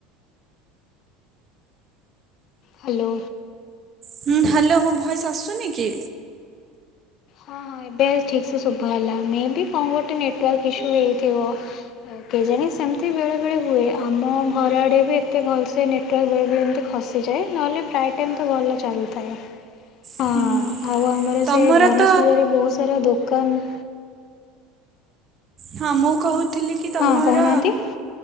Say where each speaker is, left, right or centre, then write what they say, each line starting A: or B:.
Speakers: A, on the left (about 55°); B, on the right (about 40°).
A: ହ୍ୟାଲୋ
B: ହୁଁ ହ୍ୟାଲୋ ମୋ ଭଏସ ଆସୁନି କି?
A: ହଁ ହଁ ଏବେ ଠିକ୍ ସେ ଶୁଭ ହେଲା ମେ ବି କଣ ଗୋଟେ ନେଟୱାର୍କ ଇସ୍ୟୁ ହେଇଥିବ। କେଜାଣି ସେମିତି ବେଳେ ବେଳେ ହୁଏ, ଆମ ଘର ଆଡ଼େ ବି ଏତେ ଭଲସେ ନି ନେଟୱର୍କ ବେଳେବେଳେ ଏମିତି ଖସିଯାଏ, ନହେଲେ ପ୍ରାୟ ଟାଇମ ତ ଭଲ ଚାଲୁଥାଏ। ହଁ
B: ହୁଁ
A: ଆଉ ଆମର
B: ତମର
A: ସେ ଗଣେଶ
B: ତ
A: ପୂଜାରେ ବହୁତ ସାରା ଦୋକାନ
B: ହଁ ମୁଁ କହୁଥିଲି କି ତମର
A: ହଁ କହୁନାହାନ୍ତି